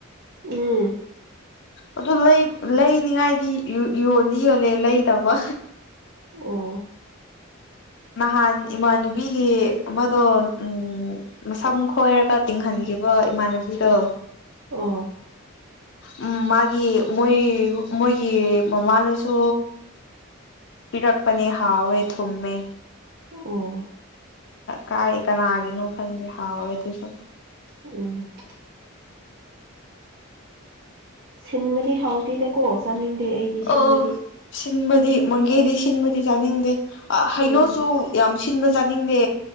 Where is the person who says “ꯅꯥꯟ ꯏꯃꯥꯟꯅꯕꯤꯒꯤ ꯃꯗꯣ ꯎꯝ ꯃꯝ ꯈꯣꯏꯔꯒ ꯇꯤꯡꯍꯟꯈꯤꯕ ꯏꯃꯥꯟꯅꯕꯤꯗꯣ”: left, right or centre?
Left